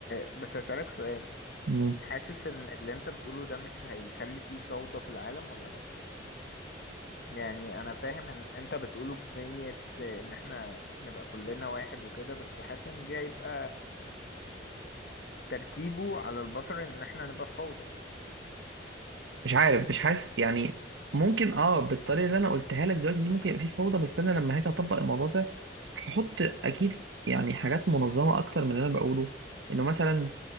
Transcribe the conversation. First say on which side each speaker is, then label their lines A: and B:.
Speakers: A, on the left; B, on the right.
A: بس اسألك سؤال
B: مم.
A: حاسس ان اللي انت بتقوله ده مش هيكلف فيه فوضى في العالم ولا لا يعني انا فاهم ان انت بتقوله بنية ان احنا نبقى كلنا واحد وكده بس حاسس ان دي هيبقى ترتيبه على البشر ان احنا نبقى في فوضى
B: مش عارف مش حاسس يعني ممكن اه بالطريقه اللي انا قلتها لك دلوقتي دي ممكن يبقى في فوضى بس انا لما هاجي اطبق الموضوع ده هحط اكيد يعني حاجات منظمه اكتر من اللي انا بقوله انه مثلا